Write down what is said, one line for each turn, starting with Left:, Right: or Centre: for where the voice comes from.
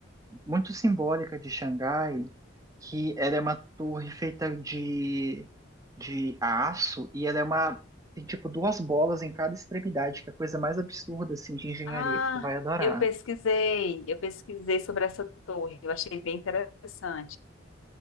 Right: muito simbólica de Xangai, que ela é uma torre feita de, de aço e ela é uma tem tipo duas bolas em cada extremidade, que é a coisa mais absurda assim de engenharia
Left: Ah,
Right: que tu vai adorar.
Left: eu pesquisei, eu pesquisei sobre essa torre, eu achei bem interessante.